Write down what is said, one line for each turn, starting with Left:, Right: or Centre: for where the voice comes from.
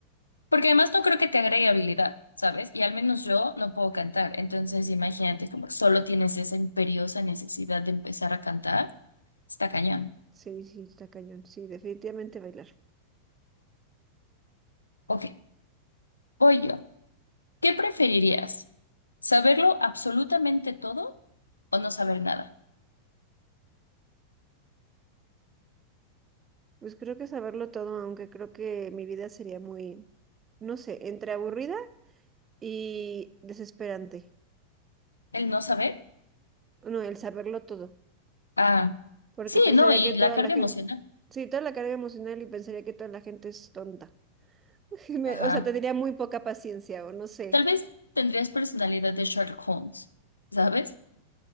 Left: porque además no creo que te agregue habilidad, ¿sabes? Y al menos yo no puedo cantar. Entonces, imagínate como solo tienes esa imperiosa necesidad de empezar a cantar. Está cañón.
Right: Sí, sí, está cañón. Sí, definitivamente bailar.
Left: Ok, voy yo. ¿Qué preferirías? ¿Saberlo absolutamente todo o no saber nada?
Right: Pues creo que saberlo todo, aunque creo que mi vida sería muy, no sé, entre aburrida y desesperante.
Left: El no saber.
Right: No, el saberlo todo,
Left: Ah,
Right: porque
Left: sí,
Right: pensaría
Left: no, y
Right: que toda
Left: la carga
Right: la gente,
Left: emocional.
Right: sí, toda la carga emocional y pensaría que toda la gente es tonta. <laughs> Y Me-
Left: Ajá.
Right: o sea, tendría muy poca paciencia o no sé,
Left: Tal vez tendrías personalidad de Sherlock Holmes, ¿sabes?